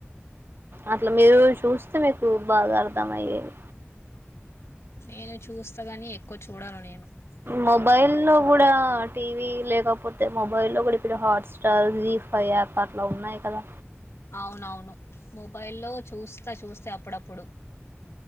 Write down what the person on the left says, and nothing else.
నేను చూస్తగని ఎక్కువ చూడను నేను.
చాలా తక్కువ
అవునవును మొబైల్లో చూస్తా చూస్తే అప్పుడప్పుడు.